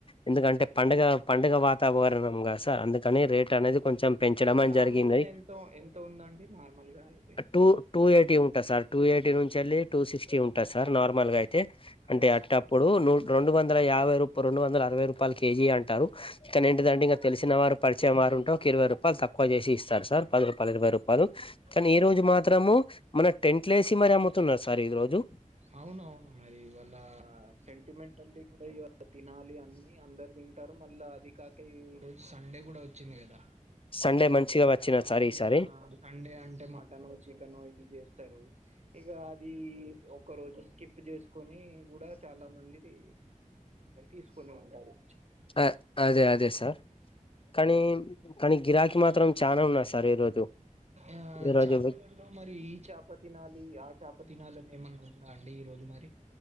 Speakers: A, on the left; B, on the right.
A: ఎందుకంటే పండగ పండగ వాతావరణం కదా సార్ అందుకని రేటు అనేది కొంచెం పెంచడం అని
B: నార్మల్
A: జరిగింది
B: గా ఎంత ఎంత ఉందండి నార్మల్గా అయితే
A: టూ టూ ఎయిటీ ఉంటది సార్ టూ ఎయిటీ నుంచి వెళ్ళి టూ సిక్స్టీ ఉంటది సార్ నార్మల్గా అయితే అంటే
B: ఆ!
A: అట్టప్పుడు రెండు వందల యాభై రూపా రెండు వందల అరవై రూపాయల కేజీ అంటారు కానీ ఏంటిదంటే ఇంగ తెలిసిన వారు పరిచయం వారు ఉంటె ఒక ఇరవై రూపాయలు తక్కువ చేసి ఇస్తారు సార్ పదిరూప పది ఇరవై రూపాయలు కానీ
B: ఓకే
A: ఈ రోజు మాత్రము మన టెంట్లెసి మరి అమ్ముతున్నరు సార్ ఈ రోజు
B: అవునవును మరి ఇవాళ సెంటిమెంటట్ల్ కూడా ఇళ తినాలి అన్ని అందరు తిం టరు మల్ల అది కాక ఈ రోజు సండే కూడాఓ చింది కదా
A: సండే మంచిగా వచ్చిన
B: మాములుగా
A: సార్ ఈసారి
B: సండే అంటే మటన్ చికెన్ ఇది చేస్తరు ఇగ అది ఒక రోజు స్కిప్ చేసుకొని కూడా చాలా మందిది తీసుకొని ఉంటరు
A: అ అదే అదే సార్ కానీ కానీ గిరాకీ మాత్రం చానా ఉన్నది సార్ ఈ రోజు
B: ఆ
A: ఈ రోజు
B: చేపలలో మరి ఈ చేప తినాలి ఆ చప తినాలని ఏమన్న ఉందా అండి ఈ రోజు మరి